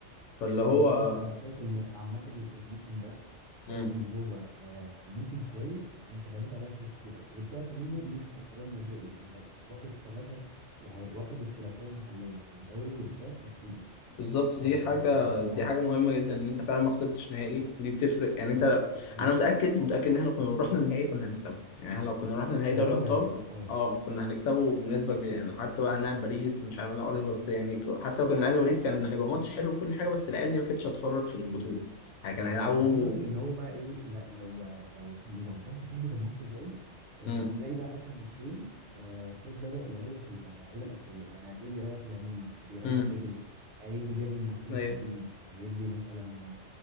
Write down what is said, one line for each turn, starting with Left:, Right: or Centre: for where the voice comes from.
Left: فاللي هو
Right: والله بص انا شايف ان عامه الموسم ده شايف
Left: مم.
Right: ان هو آه، موسم كويس انت بنيت عليه حاجات كتير قوي وطلعت منه مش خسران نهائي انت واخد ثلاثه يعني واخد الثلاثيه المحليه الدوري والكاس والسوبر
Left: بالظبط دي
Right: فانت
Left: حاجة
Right: انت
Left: دي
Right: اه
Left: حاجة مهمة جدا ان انت فعلا ما خسرتش نهائي دي بتفرق يعني
Right: بالظبط
Left: انت لو...
Right: و-
Left: انا متأكد
Right: و-
Left: متأكد ان احنا كنا رحنا النهائي كنا هنكسبه يعني احنا لو كنا رحنا نهائي
Right: والله
Left: دوري ابطال
Right: وانا
Left: كنا
Right: اه
Left: اه كنا هنكسبه بنسبة كبيرة يعني حتى بقى هنلعب باريس مش عارف هنلعب إيه، بس يعني ك- حتى لو كنا لعبنا باريس كان هيبقى ماتش حلو وكل حاجة بس العيال دي ما كانتش هتفرط في البطولة يعني كان هيلعبوا
Right: انا عايز اقول لك ان هو بقى ايه لا- لو لو اسمه ايه لو البارسا كسبت الماتش الجاي انت
Left: امم
Right: هتلاقي بقى اخر ماتشين آه فليك بدأ يريح اللعيبه الاساسيه يعني هتلاقيه بيريح لامين بيريح
Left: امم
Right: بدري هيدي جافي ماتشين
Left: ايوه
Right: كاملين هيدي مثلا